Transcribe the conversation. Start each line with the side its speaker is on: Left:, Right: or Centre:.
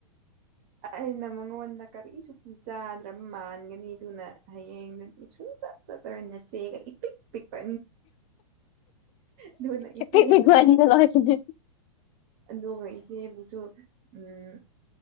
Right: ꯑꯩꯅ ꯃꯥꯉꯣꯟꯗꯥ ꯀꯔꯤꯁꯨ ꯄꯤꯖꯥꯗ꯭ꯔꯕꯥ ꯃꯥꯟꯒꯅꯤ ꯑꯗꯨꯅ ꯍꯌꯦꯡ ꯁꯨꯡ ꯆꯠ ꯆꯠꯂꯥꯔꯣꯏ ꯅꯥꯆꯦꯒꯥ ꯏꯄꯤꯛ ꯄꯤꯛꯄꯥ ꯑꯗꯨꯅꯥ ꯏꯆꯦꯕꯨꯁꯨ
Left: ꯏꯄꯤꯛ ꯄꯤꯛꯄ ꯑꯅꯤꯗ ꯂꯧꯔꯤꯁꯤꯅꯦ
Right: ꯑꯗꯨꯒꯥ ꯏꯆꯦꯕꯨꯁꯨ ꯎꯝ